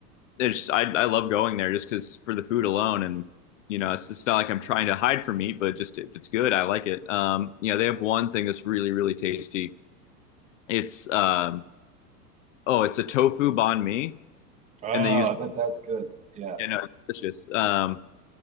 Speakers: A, on the left (about 55°); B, on the right (about 15°).
A: it's I I love going there just because for the food alone and you know it's it's not like I'm trying to hide from meat, but just if it's good, I like it. Um, you know they have one thing that's really really tasty. It's um oh it's a tofu banh mi
B: Oh,
A: and they use
B: I bet that's good. Yeah.
A: you know it's delicious. Um,